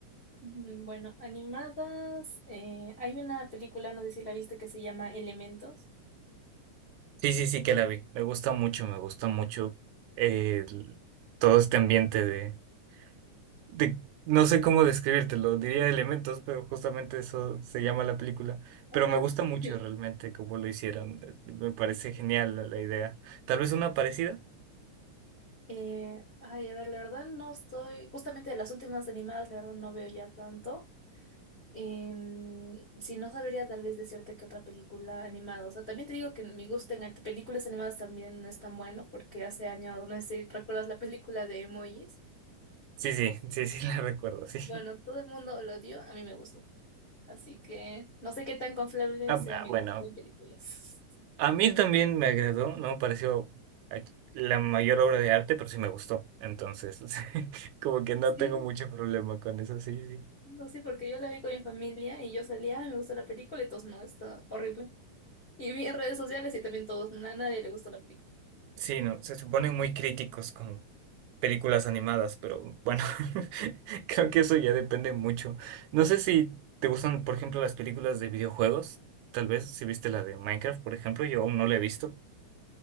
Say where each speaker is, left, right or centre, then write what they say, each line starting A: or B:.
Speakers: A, on the left (about 85°); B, on the right (about 80°).
A: Mm, Bueno, animadas, eh, hay una película, no sé si la viste, que se llama Elementos.
B: Sí, sí, sí que la vi. Me gusta mucho, me gusta mucho eh, el- todo este ambiente de, de- no sé cómo describírtelo, diría elementos, pero justamente eso se llama la película. Pero
A: Ajá,
B: me gusta mucho
A: sí.
B: realmente
A: <laughs>
B: cómo lo hicieron. eh, Me parece genial la, la idea. Tal vez una parecida.
A: Eh, ay, a ver, la verdad no estoy, justamente de las últimas animadas, la verdad no veo ya tanto. Em, si no sabría tal vez decirte que otra película animada. O sea, también te digo que mi gusto en arte- películas animadas también no es tan bueno, porque hace años, no sé si recuerdas la película de Emojis.
B: Sí, sí, sí, sí, <laughs> la recuerdo, sí.
A: Bueno, todo el mundo lo odió, a mí me gustó. Así que no sé qué tan confiable
B: Ah,
A: sea
B: ah,
A: mi
B: bueno,
A: gusto en películas.
B: a mí también me agradó, no me pareció eh, la mayor obra de arte, pero sí me gustó. Entonces, <laughs> como que
A: <laughs>
B: no
A: Sí,
B: tengo mucho problema con eso, sí, sí.
A: no sé, porque yo la vi con mi familia y yo salía, "Ay, me gusta la película, y todos no, está horrible. Y vi en redes sociales y también todos, a nadie le gustó la película.
B: Sí, no, se suponen muy críticos con películas animadas, pero bueno, <laughs> creo que eso ya depende mucho. No sé si te gustan, por ejemplo, las películas de videojuegos, tal vez, si viste la de Minecraft, por ejemplo, yo aún no la he visto.